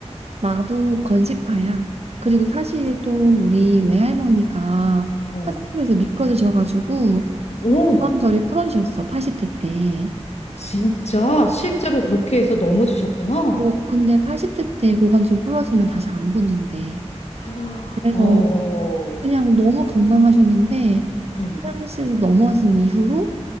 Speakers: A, on the right; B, on the left.
A: 나도 건식파야. 그리고 사실 또 우리 외할머니가
B: 어,
A: 화장실에서 미끄러지셔가지고
B: 어,
A: 고관절이 부러지셨어. 80대 때.
B: 진짜 실제로 그렇게 해서 넘어지셨구나.
A: 어, 근데 80대 때 고관절 부러지면 다시 안 붙는데.
B: 아,
A: 그래서
B: 어,
A: 그냥 너무 건강하셨는데
B: 음.
A: 화장실에서 넘어진 이후로